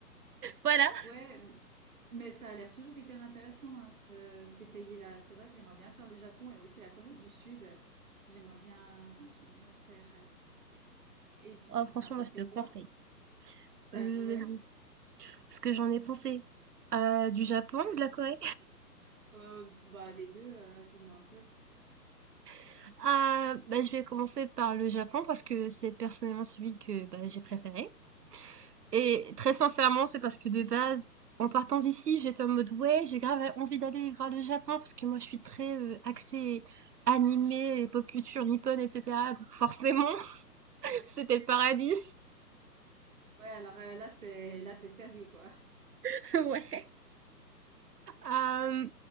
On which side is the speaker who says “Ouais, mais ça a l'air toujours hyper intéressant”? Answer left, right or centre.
Right